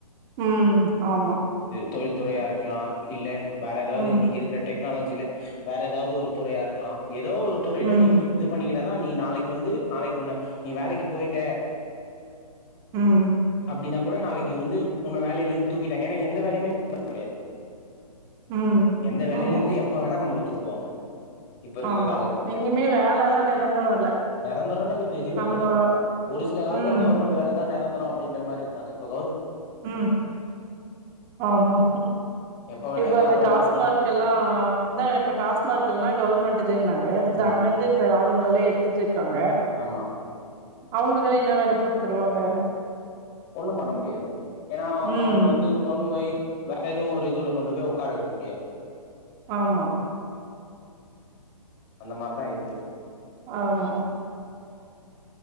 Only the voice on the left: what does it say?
தொழில்துறையா இருக்கலா இல்ல வேற எதாவ்து
இன்னிக்கு இருக்குற டெக் டனாலஜில வேற எதாவ்து ஒரு துறையா இருக்கலா எதோ ஒரு துறைல
நீ இது பண்ணிக்கிட்டாதா நீ நாளைக்கு வந்து நாளைக்கு உன்ன நீ வேலைக்கு போயிட்ட
அப்டினா கூட நாளைக்கு வந்து உன்ன வேலைல இந்து தூக்கிட்டாங்க ஏனா எந்த வேலையுமே <unintelligible>
எந்த வேலைலெந்து
எப்ப வேணா நம்மளுக் தூக்குவாங்க இப்ப இருக்குற
காலகட்டத்துல
நெரந்தரொன்றது இப்ப எதுவ்மே
கெடையாது ஒரு சில காலத்துல
கவர்மெண்ட் வேல தா நெரந்த ரொ அப்டின்ற மாரி இருந்தாங்க இப்பொ
எப்ப வேணா
யார
வேணா
வரலா
ஆமா
ஆமா
ஒண்ணும் பண்ண முடியாது. ஏன்னா
அவங்கள வந்து கொண்ணு போய். வேற எதுவும் ஒரு இதுல கொண்டு போய் உட்கார வைக்க முடியாது.
அந்த மாரிதா இருக்கு.